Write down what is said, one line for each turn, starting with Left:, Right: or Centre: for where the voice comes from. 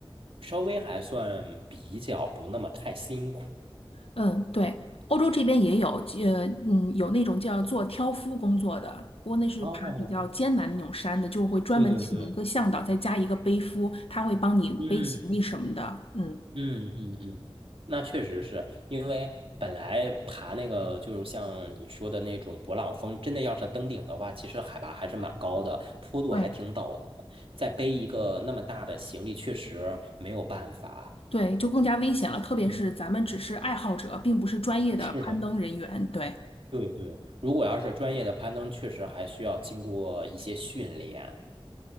Right: 稍微还算比较不那么太辛苦。
Left: 嗯，对，欧洲这边也有，呃，嗯，有那种叫做挑夫工作的，不过那是爬比较艰难的那种山的，
Right: 哦，
Left: 就会专门请一个向导，
Right: 对对对，
Left: 再加一个背夫，他会帮你背行李什么的。
Right: 嗯，
Left: 嗯，
Right: 嗯嗯嗯，那确实是因为本来爬那个就是像你说的那种勃朗峰，真的要是登顶的话，其实海拔还是蛮高的，坡度还挺陡的，
Left: 对
Right: 再背一个那么大的行李，确实没有办法。
Left: 对，就更加危险了，特别是咱们只是爱好者，
Right: 嗯，
Left: 并不是专业的攀登人员。
Right: 是的，
Left: 对，
Right: 对对，如果要是专业的攀登，确实还需要经过一些训练。